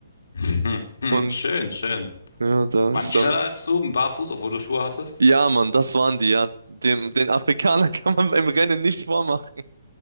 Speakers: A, on the left; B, on the right.
A: <laughs> Hm,
B: <laughs>
A: hm,
B: Und
A: Schön, schön.
B: ja, da
A: War
B: ist
A: die schneller
B: dann.
A: als du, barfuß, obwohl du Schuhe hattest?
B: Ja, Mann, das waren die, ja. Dem, den Afrikanern <laughs> kann man beim Rennen nichts vormachen.